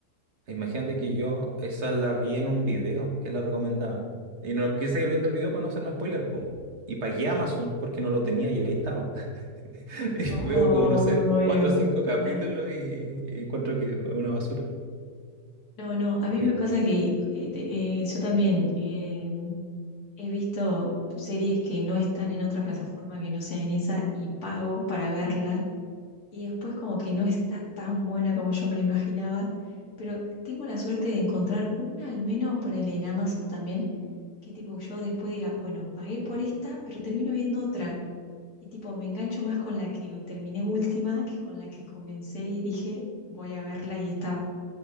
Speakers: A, on the right; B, on the left.
A: imagínate que yo esa la vi en un video que la recomendaba. Y no quise seguir
B: Sí.
A: viendo el video para no hacerme spoiler, po. Y pagué Amazon porque no lo tenía y ahí estaba. <laughs>
B: No,
A: Veo como, no sé,
B: me muero.
A: cuatro o cinco capítulos
B: No,
A: y, y encuentro que es una basura.
B: no, no. A mí
A: Horrible.
B: me pasa que eh, te- eh, yo también eh, he visto series que no están en otra plataforma que no sea en esa y pago para verlas y después como que no está tan buena como yo me lo imaginaba, pero tengo la suerte de encontrar una al menos, ponele en Amazon también, que tipo yo después diga, bueno, pagué por esta, pero termino viendo otra. Y tipo, me engancho más con la que terminé última que con la que comencé y dije, voy a verla y esta